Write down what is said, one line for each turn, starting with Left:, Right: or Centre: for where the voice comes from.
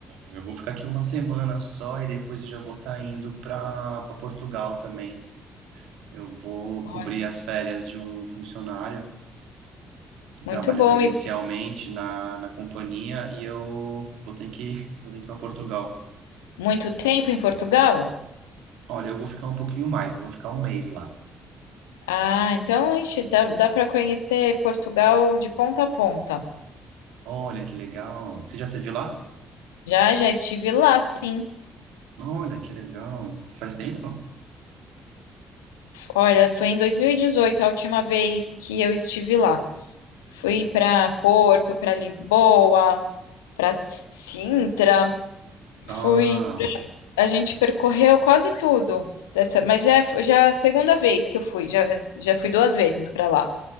Right: Eu vou ficar aqui uma semana só e depois eu já vou estar indo para para Portugal também. Eu vou
Left: Olha,
Right: cobrir as férias de um funcionário. que trabalha
Left: Muito bom.
Right: presencialmente
Left: E
Right: na, na companhia e eu vou ter que, <laughs> vou ter que ir para Portugal.
Left: muito tempo em Portugal?
Right: Olha, eu vou ficar um pouquinho mais, eu vou ficar um mês lá.
Left: Ah, então, ixi, dá, dá para conhecer Portugal de ponta a ponta.
Right: Olha que legal. Você já teve lá?
Left: Já, já estive lá, sim.
Right: Olha que legal. Faz tempo?
Left: Olha, foi em 2018 a última vez que eu estive lá. Fui para Porto, para Lisboa, para Sintra.
Right: Ah,
Left: Fui, a gente percorreu quase tudo dessa, mas já é- já é a segunda vez que eu fui, já já fui duas vezes para lá.